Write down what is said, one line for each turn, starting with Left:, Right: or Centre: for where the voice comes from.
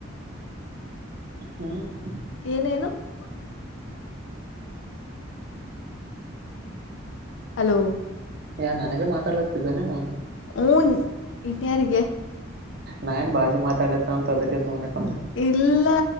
Right: ಹ್ಮ್. <unintelligible>
Left: ಏನ್ ಏನು. <unintelligible> ಹಲೋ.
Right: ಏ ನನಗ ಮಾತಾಡಲಿತ್ತಿದ್ದೇನು. <inaudible>
Left: ಮೂನ್ ಇನ್ನ ಯಾರಿಗೆ. <inaudible>
Right: ನಾ ಏನ್ ಬಾಜು ಮಾತಾಡಾತ್ತಳ್ ಅಂತ ಅದಕ್ಕೆ ಸುಮ್ನೆ <inaudible>
Left: ಇಲ್ಲಾ.